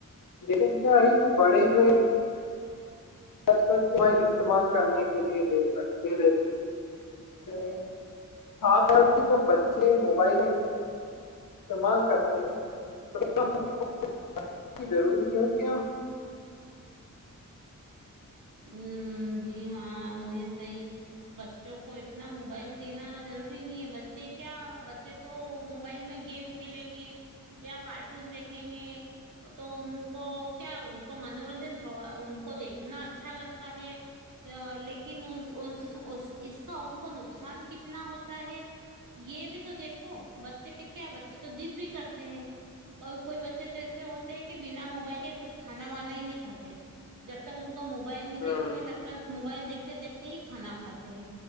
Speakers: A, on the left; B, on the right.
A: لیکن کیا ہے کہ بڑے جو ہے آج کلبائل استعمال کرنے کے لیے دے سکے خال خل سے ج بچے موبائل استعمال کرتے ہیں تو ضروری ہے کیا <inaudible>
B: ہ جی ہاں انیں صحیح بچوں کو اتنا موبائل دینا ضروری نہیں ہے بچے کیا بچے تو موبائل میں گیم کھیلیں گے یا کارٹون دیکھیں گے تو ان کو کیا ان کو منورنجن تھوڑا ان کو دیکھنا اچھا لگتا ہے لیکن اس کا ان کو نقصان کتنا ہوتا ہے یہ بھی تو دیکھو بچے کیا بچے تو جد بھی کرتے ہیں اور کوئی بچے تو ایسے ہوتے ہیں کہ بنا موبائل کے کچھ کھانا وانا ہی نہیں کاتے جب تک ان <inaudible> موبائل
A: ہوں
B: نہیں دیکھیں گے
A: ہوں
B: تب تک موبائل دیکھتے دیکھتے ہی کھانا کھاتے ہیں